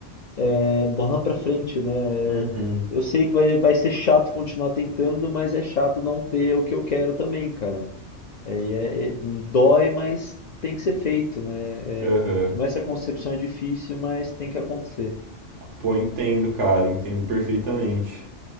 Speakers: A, on the left; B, on the right.
A: é bola pra frente, né?
B: Uhum,
A: Eu sei que vai, vai ser chato continuar tentando, mas é chato não ter o que eu quero também, cara. É, e é- é- dói, mas tem que ser feito, né? É,
B: aham.
A: tomar essa Uhum. concepção é difícil, mas tem que acontecer.
B: Pô, entendo, cara, entendo perfeitamente.